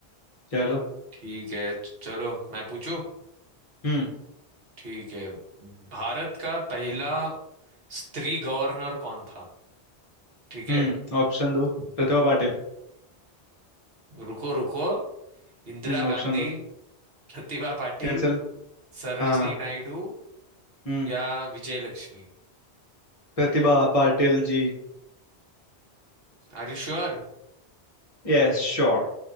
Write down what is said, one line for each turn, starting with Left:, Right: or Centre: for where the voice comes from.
Left: चलो
Right: ठीक है च- चलो मैं पूछूं
Left: हम्म
Right: ठीक है भारत का पहला स्त्री गवर्नर कौन था ठीक है
Left: हम्म ऑप्शन दो प्रतिभा पाटिल
Right: रुको रुको इंदिरा
Left: हम्म ऑप्शन
Right: गांधी
Left: दो
Right: प्रतिभा पाटिल
Left: कैंसिल
Right: सरोजनी
Left: हाँ
Right: नायडू
Left: हम्म
Right: या Vijay Lakshmi
Left: प्रतिभा पाटिल जी
Right: Are you sure
Left: Yes sure